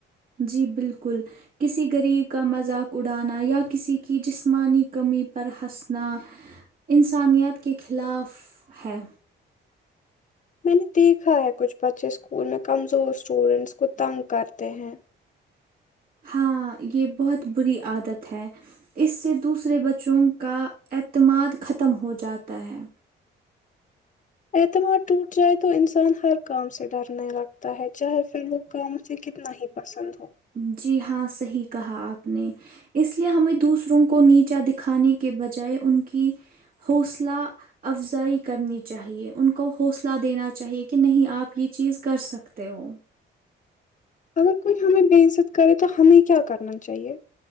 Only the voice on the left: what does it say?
میں نے دیکھا ہے کچھ بچے اسکول میں کمزور اسٹوڈینٹس کو تنگ کرتے ہیں
اعتماد ٹوٹ جائے تو انسان ہر کام سے ڈرنے لگتا ہے چاہے پھر وہ کا مجھے کتنا ہی پسند ہو
اگر کوئی ہمیں بے عزت کرے تو ہمیں کیا کرنا چاہیے